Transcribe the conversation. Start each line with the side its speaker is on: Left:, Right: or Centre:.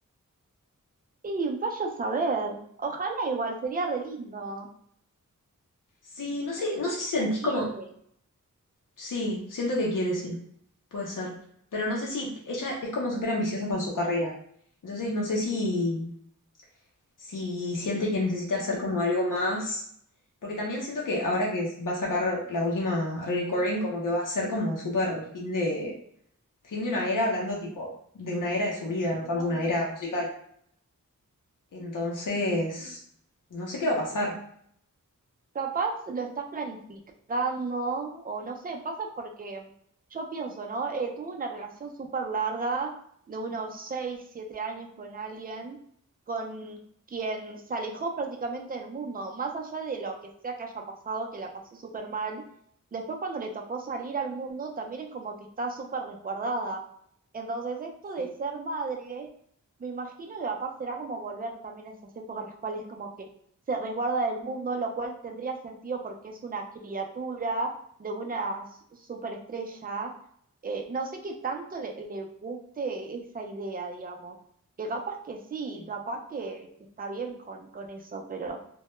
Right: Y vaya a saber. Ojalá igual, sería re lindo.
Left: Sí, no sé,
Right: Yo siento
Left: no sé
Right: que
Left: si
Right: ella
Left: sentís
Right: quiere.
Left: como. Sí, siento que quiere, sí, puede ser. Pero no sé si ella es como súper ambiciosa con su carrera. Entonces no sé si, si siente que necesita hacer como algo más. Porque también siento que ahora que va a sacar la última recording, como que va a ser como súper fin de, fin de una era, hablando tipo de una era de su vida, no
Right: Claro.
Left: tanto una era musical. Entonces,
Right: sí.
Left: no sé qué va a pasar.
Right: Capaz lo está planificando o no sé, pasa porque yo pienso, ¿no? Eh, tuve una relación súper larga de unos 6 7 años con alguien con quien se alejó prácticamente del mundo, más allá de lo que sea que haya pasado, que la pasó súper mal. Después cuando le tocó salir al mundo también es como que está súper resguardada. Entonces esto de
Left: Sí,
Right: ser madre, me imagino que capaz será como volver también a esas épocas en las cuales como que se resguarda del mundo, lo cual tendría sentido porque es una criatura de una s- superestrella. Eh, no sé qué tanto le, le guste esa idea, digamos. Que capaz que sí,
Left: sí,
Right: capaz que, que está bien con, con eso, pero